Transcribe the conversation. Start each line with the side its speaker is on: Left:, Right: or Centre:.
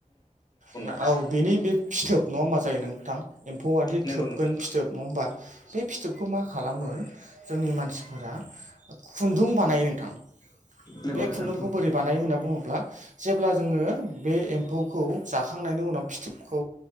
Right: ना औ
Left: नोंथां
Right: बेनि बे फिथोब नङा होमबा जायो नोंथां एम्फौआादि
Left: नंगौ
Right: थोबगोन
Left: नोंथां
Right: फिथोब नङा होमबा बे फिथोबखौ मा खालामो जोंनि मान सिफोरा खुन्दुं बानायो नोंथां
Left: नंगौ
Right: बे
Left: नोंथां
Right: खुन्दुंखौ
Left: नंगौ
Right: बोरै बानायो होनना बुङोब्ला जेब्ला जोङो बे एम्फौखौ जाखांनायनि उनाव फिथोबखौ